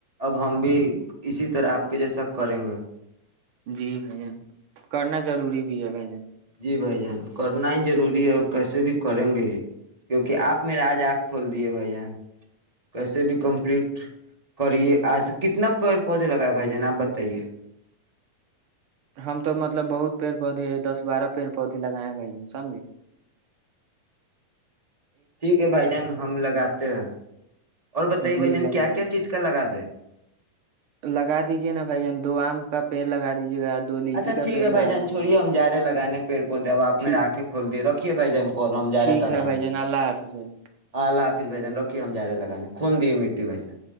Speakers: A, on the right (about 30°); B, on the right (about 70°).
A: اب ہم بھی اسی طرح آپ کے جیسا کریں گے
B: جی بھائی جن کرنا ضروری بھی ہے بھائی جن
A: جی بھائی جان کرنا ہی ضروری ہے اور کیسے بھی کریں گے ہی کیونکہ آپ میرا آج آنکھ کھول دیے بھائی جان کیسے بھی کمپلیٹ کریے آج کتنا پ پودے لگائے بھائی جان آپ بتائیے
B: ہم تو مطلب بہت پیڑ پودے دس بارہ پیڑ پودے لگائے ہیں بھائی ج سمجے
A: ٹھیک ہے بھائی جان ہم لگات <inaudible> اور بتائیے
B: جی
A: بھ جن
B: لگائیے
A: کیا کیا چیز کا لگا دے
B: لگا دیجے نا بھائی ج دو آم کا پیڑ لگا دیجیے گا دو لیچی
A: اچھا
B: کا
A: ٹھیک
B: پیڑ
A: ہےھائی
B: لگا
A: جان
B: دیجیے
A: چھوڑیے
B: گا
A: ہم ج رہے لگے گانے پیڑ پ دوباپ میر
B: ٹھیک
A: آکھیں کھول دے رکھ ے بائی جان کوال ہم جار
B: ٹھیک
A: لک
B: ہے بھائی
A: نے
B: جان اللہ حافظ بھائی جان
A: ہ ل بھجاان رھیے ہم ج رہے لگانے خون د دیے مٹیی بھجن